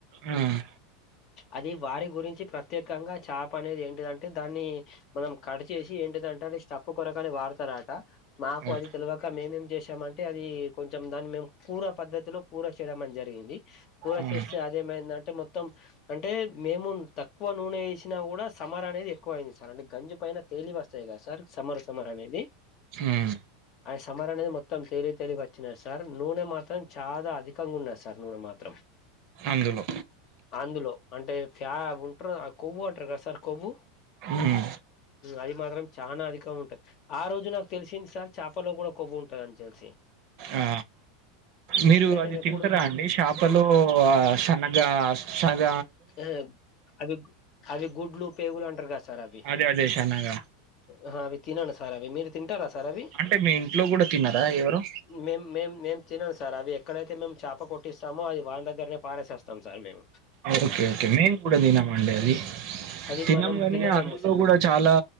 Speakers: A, on the right (about 60°); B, on the left (about 50°).
A: ఉమ్
B: అది వారి గురించి ప్రత్యేకంగా చాప అనేది ఏంటిదంటే దాన్ని మనం కడ్ ఏంటితది స్టఫ్ఫు కొరకని వాడతారట మాకు
A: ఓకే.
B: అది తెలువ ఇంకా మేమేం చేసామంటే అది కొంచెం దాన్ని మేము కూర పద్దతిలో కూర చేయడం అని జరిగింది. కూర
A: ఉమ్
B: చేస్తే అదేమైందంటే మొత్తం అంటే మేము తక్కువ నూనె వేసినా కూడా సమర అనేది ఎక్కువ అయింది సార్ అంటే గంజి పైన తేలి వస్తాయి గద సార్ సమరు సమర్ అనేది
A: ఉమ్
B: అది సమర్ అనేది మొత్తం తేలి తేలిగ వచ్చినా సార్ నూనె మాత్రం చాలా అధికంగా ఉన్న సార్ నూనె మాత్రం
A: అందులో
B: అందులో అంటే ఫ్యా ఉంటారు కొవ్వు అంటారు కదా సార్ కొవ్వు
A: ఉమ్
B: అది మాత్రం చాలా అధికం ఉంటది ఆ రోజు నాకు తెలిసింది సార్ చేపలో కూడా కొవ్వు ఉంటది అని చెలిసి
A: ఆ మీరు అది
B: నేను
A: తింటరా
B: ఎప్పుడు
A: అండి శా లో ఆ శనగ శగ
B: ఆ అవి గు అవి గుడ్లు పేగులు అంటారు గదా సార్ అవి
A: అదే అదే శనగ
B: ఆ అవి తినను సార్ అవి మీరు తింటారా సార్ అవి
A: అంటే మీ ఇంట్లో కూడా తినర ఎవరు
B: మేం మేము మేము తినను సార్ అవి ఎక్కడైతే మేము చేప కొట్టిస్తామో అది వాని దగ్గరనే పాడేసోస్తాం సార్ మేము
A: ఓకే ఓకే మేన్ కూడా తినమండి అది
B: అది
A: తినము
B: మనం
A: గాని
B: తినలేము
A: అందులో
B: సార్
A: కూడా చాలా